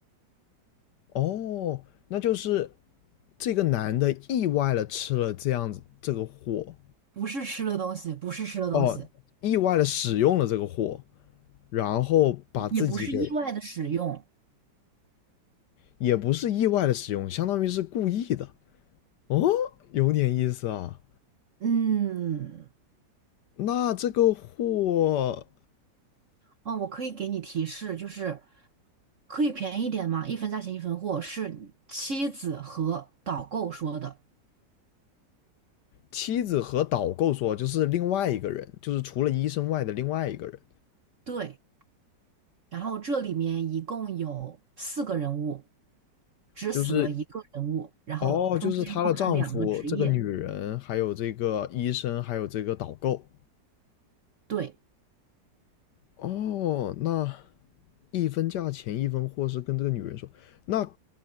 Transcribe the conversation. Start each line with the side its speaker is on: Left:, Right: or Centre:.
Left: 哦，那就是这个男的意外了吃了这样子这个货，
Right: 不是吃的东西，不是吃的东西，
Left: 哦，意外的使用了这个货，然后把自己给，
Right: 也不是意外的使用。
Left: 也不是意外的使用，相当于是故意的。哦，有点意思啊。
Right: 嗯，
Left: 那这个货，
Right: 哦，我可以给你提示，就是可以便宜一点吗？一分价钱一分货，是妻子和导购说的。
Left: 妻子和导购说，就是另外一个人，就是除了医生外的另外一个人，
Right: 对，然后这里面一共有四个人物，只死了一个人物，
Left: 就是
Right: 然后中间包含两个职业。
Left: 哦，就是她的丈夫，这个女人，还有这个医生，还有这个导购。
Right: 对。
Left: 哦，那一分价钱一分货是跟这个女人说，那